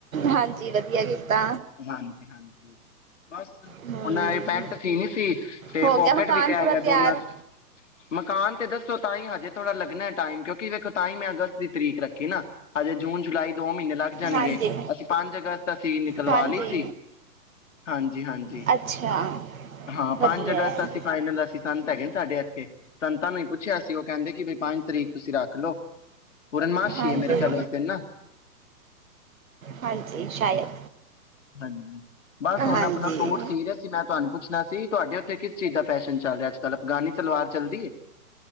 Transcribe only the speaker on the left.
ਹਾਂਜੀ-ਹਾਂਜੀ, ਬਸ
ਔਹ ਨਾਂ ਏ ਪੈਂਟ ਸੀਣੀ ਸੀ ਤੇ
ਪੌਕਿਟ
ਵੀ ਕਹਿ
ਗਿਆ
ਦੋਨਾਂ, ਮਕਾਨ ਤੇ ਦੱਸੋ ਤਾਂ ਨਹੀਂ ਹਜੇ ਥੋੜ੍ਹਾ ਲੱਗਣੈ ਟਾਈਮ ਕਿਉਂਕਿ ਵੇਖੋ ਤਾਂ ਹੀ ਮੈਂ ਅਗਸਤ ਦੀ ਤਰੀਕ ਰੱਖੀ ਨਾ ਹਜੇ ਜੂਨ ਜੁਲਾਈ ਦੋ ਮਹੀਨੇ ਲੱਗ ਜਾਣਗੇ
ਅਸੀਂ ਪੰਜ ਅਗਸਤ ਅਸੀਂ ਨਿਕਲਵਾਲੀ।
ਸੀ, ਹਾਂਜੀ- ਹਾਂਜੀ
ਹਾਂ
ਪੰਜ ਅਗਸਤ
ਅਸੀਂ ਫਾਈਨਲ ਅਸੀਂ ਸੰਤ ਹੈਗੇ ਨੇ ਸਾਡੇ ਐਥੇ ਸੰਤਾਂ ਨੂੰ ਈ ਪੁੱਛਿਆ। ਉਹ ਕਹਿੰਦੇ ਕਿ ਬਈ ਪੰਜ ਤਰੀਕ ਤੁਸੀਂ ਰੱਖ ਲੋ ਪੂਰਨਮਾਸ਼ੀ
ਏ ਮੇਰੇ ਖਿਆਲ ਓਸ ਦਿਨ ਨਾ।
ਹਾਂਜੀ, ਬਸ ਹੁਣ
ਅਪਣਾ ਸੂਟ ਸੀਅ ਰਹੇ ਸੀ ਮੈਂ ਤੁਹਾਨੂੰ ਪੁੱਛਣਾ ਸੀ ਦੀ ਤੁਹਾਡੇ ਔਥੇ ਕਿਸ ਚੀਜ਼ ਦਾ ਫੈਸ਼ਨ ਚੱਲ ਰਿਹਾ। <unintelligible> ਅਫਗਾਨੀ ਸਲਵਾਰ ਚੱਲਦੀ ਏ।